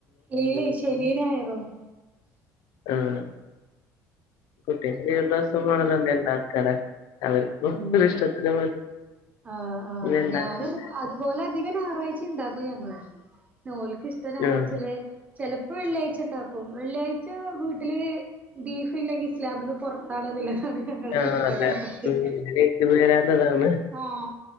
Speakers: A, on the right; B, on the left.
A: ഇല്ലേ ശെനി, ഞായറും
B: ആഹ് കുട്ട്യേക്ക് ലീവുള്ള വസം വേണല്ലോ ന്തെ ഇണ്ടാക്കല്ലേ അവർ മൂപ്പരിഷ്ടത്തിന്
A: ഉം
B: മതി
A: ആഹ് ആഹ്
B: ഇത്ണ്ടാക്കല്
A: ഞാനത് അതുപോലെ അധിക ഞായറാഴ്ചയും ഇണ്ടാക്കും ഞങ്ങള്. ഓൽക്ക് ഇഷ്ടം ഞായറാഴ്ചല്ലേ.
B: ആഹ്
A: ചെലപ്പോ വെള്ളിയാഴ്ച ഇണ്ടാക്കും വെള്ളിയാഴ്ച വീട്ട്ല് ബീഫ് ഇല്ലെങ്കിൽ ഇസ്ലാമ്ന്ന് പൊറത്താണ്ന്നുളളതാണ് ഞങ്ങളെ
B: ആഹ്
A: വീട്ട്ത്തെ
B: അതെ
A: കൺസെപ്റ്റ്
B: ഉം ഇങ്ങനേയ്ക്കും വരാന്നതാണ്
A: ആഹ്